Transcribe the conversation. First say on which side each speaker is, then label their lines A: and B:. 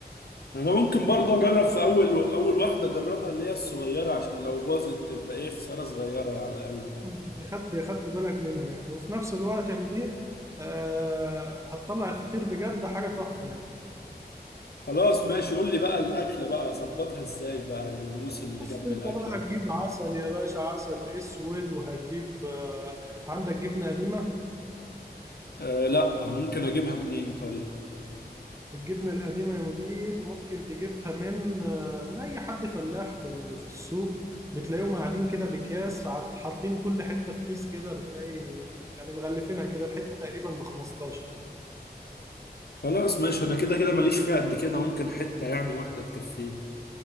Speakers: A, on the left; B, on the right.
A: انا ممكن برضه اجرب في اول اول واحده اجربها اللي هي الصغيره عشان لو باظت تبقى ايه خساره صغيره على الاقل
B: تبقى خدت خدت بالك منها يعني وفي نفس الوقت يا مدير آه هتطلع الفطير بجد حاجة تحفة يعني
A: خلاص ماشي قول لي بقى الاكله بقى اظبطها ازاي بقى الغموس اللي
B: بص
A: جنب
B: انت
A: الاكله
B: بقى
A: وكده
B: هتجيب عسل يا باشا عسل اسود وهتجيب آه عندك جبنة قديمة
A: آه لا ممكن اجيبها منين طيب
B: الجبنة القديمة يا مدير ممكن تجيبها من آه، من أي حد فلاح في ال- في السوق بتلاقيهم قاعدين كده بأكياس عط- حاطين كل حتة في كيس كده بتلاقي يعني مغلفينها كده الحتة تقريبا ب 15
A: خلاص ماشي انا كده كده ماليش فيها قد كده ممكن حته يعني واحده تكفيني